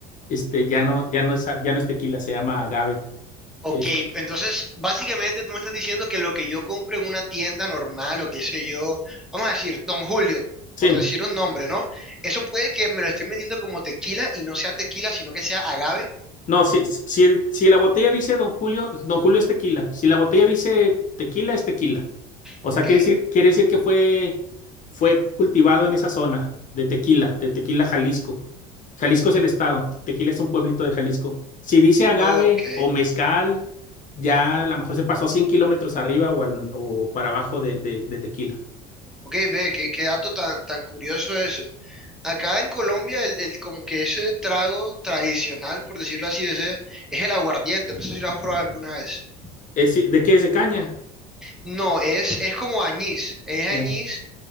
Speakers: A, on the left; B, in the centre.
A: Este, ya no, ya no es, ya no es tequila, se llama agave.
B: Ok,
A: Es-
B: entonces básicamente tú me estás diciendo que lo que yo compro en una tienda normal o qué sé yo, vamos a decir, Don Julio,
A: sí.
B: por decir un nombre, ¿no? Eso puede que me lo estén vendiendo como tequila y no sea tequila, sino que sea agave.
A: No, si, si, el- si la botella dice Don Julio, Don Julio es tequila. Si la botella dice tequila, es tequila. O
B: Ok,
A: sea, quiere decir, quiere decir que fue, fue cultivado en esa zona de Tequila, de Tequila, Jalisco. Jalisco es el estado, Tequila es un pueblito de Jalisco. Si dice agave
B: ok.
A: o mezcal, ya a lo mejor se pasó 100 kilómetros arriba o, al- o para abajo de, de, de Tequila.
B: Ok, ve, qué, qué dato tan, tan curioso ese. Acá en Colombia, el, el- como que ese trago tradicional, por decirlo así, ese, es el aguardiente. No sé si lo has probado alguna vez.
A: Es- si, ¿de qué es? ¿De caña?
B: No, es, es como añís. Es
A: Ya,
B: añís